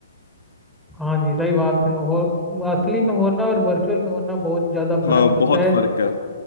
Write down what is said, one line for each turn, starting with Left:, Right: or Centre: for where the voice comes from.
Centre: हाँ जी सही बात है हो असली में होना और वर्चुअल में होना बहुत ज्यादा फर्क
Left: हाँ
Centre: होता
Left: बहुत
Centre: है
Left: फर्क है